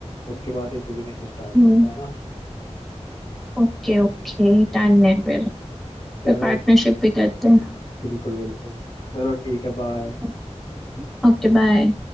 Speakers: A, on the left; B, in the centre.
A: उसके बाद ये बिजनेस स्टार्ट
B: हम्म
A: करते हैं ना
B: ओके ओके डन है फिर फिर
A: चलो
B: पार्टनरशिप भी करते
A: बिल्कुल बिल्कुल चलो ठीक है बाय
B: हैं Okay bye